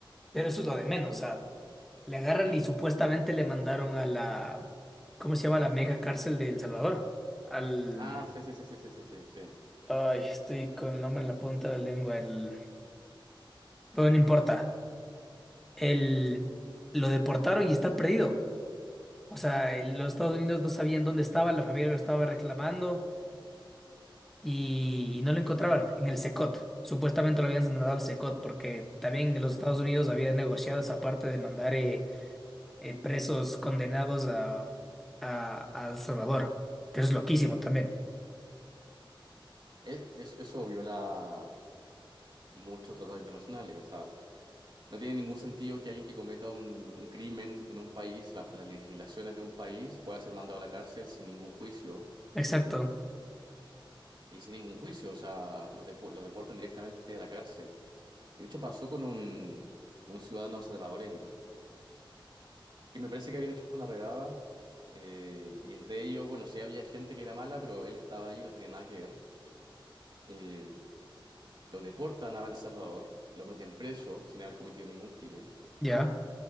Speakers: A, in the centre; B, on the right.
A: pero eso es lo de menos. O sea, le agarran
B: Mm.
A: y supuestamente le mandaron a la, ¿cómo se llama? La mega cárcel de El Salvador. Al,
B: Ah, sí, sí, sí, sí, sí, sí, sí. sí.
A: ay, estoy con el nombre en la punta de la lengua, el, Bueno, no importa. el- lo deportaron y está perdido. O sea, el- los Estados Unidos no sabían dónde estaba, la familia lo estaba reclamando y, y no lo encontraban en el SECOT. Supuestamente lo habían mandado al SECOT
B: Scott,
A: porque también los
B: Scott.
A: Estados Unidos habían negociado esa parte de mandar eh, eh, presos condenados a, a, a El Salvador, que eso es loquísimo también.
B: Es, es- eso viola muchos tratados internacionales. O sea, No tiene ningún sentido que alguien que cometa un, un crimen en un país, bajo las legislaciones de un país, pueda ser mandado a la cárcel sin ningún juicio.
A: Exacto,
B: Y sin ningún juicio, o sea, los, depu- los deportan directamente a la cárcel. Y de hecho pasó con un, un ciudadano salvadoreño, que me parece que habían hecho una redada. eh, y entre ellos, bueno, sí había gente que era mala, pero él estaba ahí, no tenía nada que ver. Eh, lo deportan a El Salvador, lo meten preso sin haber cometido ningún crimen.
A: ya.